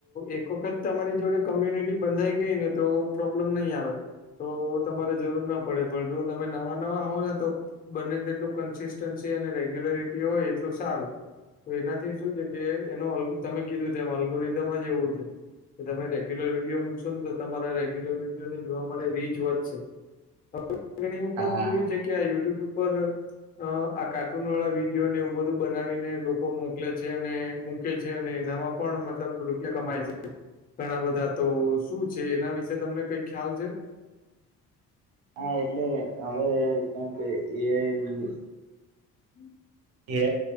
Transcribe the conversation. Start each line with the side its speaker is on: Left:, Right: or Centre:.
Left: એક વખત તમારી જોડે કોમ્યુનિટી બંધાઈ ગઈ ને તો પ્રોબ્લેમ નહીં આવે. તો તમારે જરૂર ના પડે પણ જો તમે નવા નવા હોવ ને તો બંને ને તેટલુ એટલું કન્સિસ્ટન્સી અને રેગ્યુલરિટી હોય એટલું સારું. તો એનાથી શું છે કે એનો અગ તમે કીધું ત અલ્ગુરિધમ જ એવું છે. કે તમે રેગ્યુલર વિડીિયો મૂકશો ને તો તમારા રેગ્યુલર વિડીિયો ને જોવા માટે રીચ વધશે. હવે ઘણી વખત
Right: હા
Left: જોયું છે કે આ યુટ્યુબ ઉપર અ આ કાર્ટૂન વાળા વિડીયોને એવું બધું બનાવીને લોકો મોકલે છે. અને ૂકે છે અને એનામાં પણ મતલબ રૂપિયા કમાય છે. ઘણા બધા તો શું છે એના વિશે તમને કઈ ખ્યાલ છે?
Right: હા એટલે હવે કઈક એઆઇ
Left: હ
Right: એ